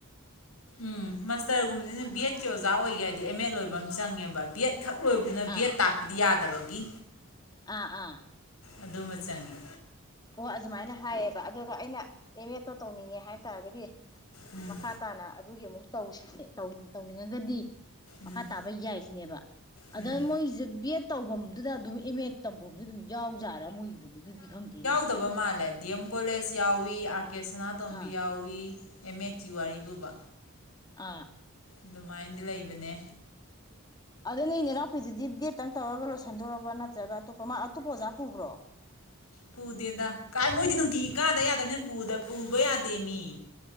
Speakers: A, on the left (about 85°); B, on the left (about 20°).
A: ꯎꯝ ꯃꯥꯁꯇꯔꯒꯨꯝꯕꯅꯤ ꯕꯤ ꯑꯦꯗꯀꯤ ꯑꯣꯖꯥ ꯑꯣꯏꯒꯦ ꯍꯥꯏꯗꯤ ꯑꯦꯝ ꯃꯦꯗ ꯂꯣꯏ ꯕꯝ ꯆꯪꯉꯦꯕ ꯕꯤ ꯑꯦꯗ ꯈꯛ ꯂꯣꯏꯕꯗꯨꯅ
B: ꯑꯥ
A: ꯕꯦꯠ ꯇꯥꯛꯄꯗꯤ ꯌꯥꯠ ꯗꯕꯒꯤ
B: ꯑꯥ ꯑꯥ
A: ꯑꯗꯨꯃ ꯆꯪꯉꯤ
B: ꯑꯣ ꯑꯗꯨꯃꯥꯏꯅ ꯍꯥꯏꯌꯦꯕ ꯑꯗꯨꯒ ꯑꯩꯅ ꯑꯦꯝ ꯃꯦꯠꯇꯣ ꯇꯧꯅꯤꯡꯉꯦ ꯍꯥꯏꯇꯥꯔꯒꯗꯤ
A: ꯎꯝ
B: ꯃꯈꯥ ꯇꯥꯅ ꯑꯠ ꯗꯨꯒꯤ ꯑꯃꯨꯛ ꯇꯧꯁꯤꯅꯦ ꯇꯧ ꯇꯧꯅꯤꯡꯉꯒꯗꯤ ꯃꯈꯥ
A: ꯎꯝ
B: ꯇꯥꯕ ꯌꯥꯏꯁꯤꯅꯦꯕ
A: ꯎꯝ
B: ꯑꯗ ꯃꯣꯏꯒꯤꯖꯦ ꯕꯤ ꯑꯦꯗ ꯇꯧꯕꯝꯗꯨꯗ ꯑꯗꯨꯝ ꯑꯦꯝ ꯑꯦꯗ ꯇꯝꯕꯣꯝ ꯖꯨ ꯗꯨꯝ ꯌꯥꯎꯖꯥꯔꯥ ꯃꯣꯏꯒꯤ ꯗꯨꯗꯤ ꯗꯨꯗꯤ ꯈꯪꯗꯅꯤ
A: ꯗꯕ ꯃꯥꯜꯂꯦ ꯗꯤ ꯑꯦꯝ ꯀꯣꯂꯦꯖ ꯌꯥꯎꯋꯤ ꯑꯥꯔ ꯀꯦ ꯁꯅꯥꯇꯣꯝꯕꯤ
B: ꯑꯥ
A: ꯌꯥꯎꯋꯤ ꯑꯦꯝ ꯃꯦꯠ ꯀꯤ ꯋꯥꯔꯤꯕꯨꯕ
B: ꯑꯥ
A: ꯑꯗꯨꯃꯥꯏꯟꯗꯤ ꯂꯩꯕꯅꯦ
B: ꯑꯗꯨꯅꯦꯅꯥꯎꯄꯤꯗꯨꯗꯤ ꯕꯦꯠꯇꯪ ꯇꯧꯔꯒ ꯂꯣꯏꯁꯤꯟꯗꯣꯔꯕ ꯅꯠꯇ꯭ꯔꯒ ꯑꯇꯣꯞꯄ ꯃꯥ ꯑꯇꯣꯞꯄ ꯑꯣꯖꯥ ꯄꯨꯕ꯭ꯔꯣ
A: ꯄꯨꯗꯦꯗ ꯀꯥꯏ ꯃꯣꯏꯗꯤ ꯅꯨꯡꯇꯤ ꯀꯥꯗ ꯌꯥꯗꯝꯅꯤꯅ ꯄꯨꯕ ꯌꯥꯗꯦ ꯃꯤ